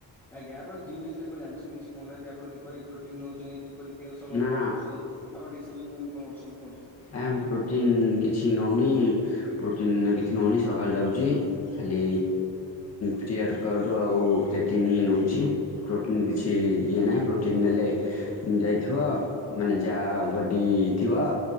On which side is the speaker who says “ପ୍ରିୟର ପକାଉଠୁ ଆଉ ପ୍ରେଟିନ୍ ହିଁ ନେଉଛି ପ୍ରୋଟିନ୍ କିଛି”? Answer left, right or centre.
Left